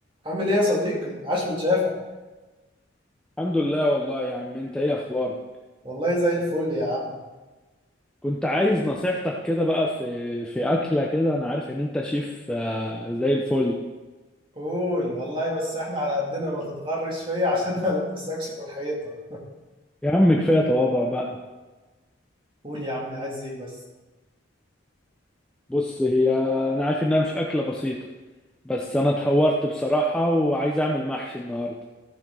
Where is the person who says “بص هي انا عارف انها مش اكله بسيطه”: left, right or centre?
Centre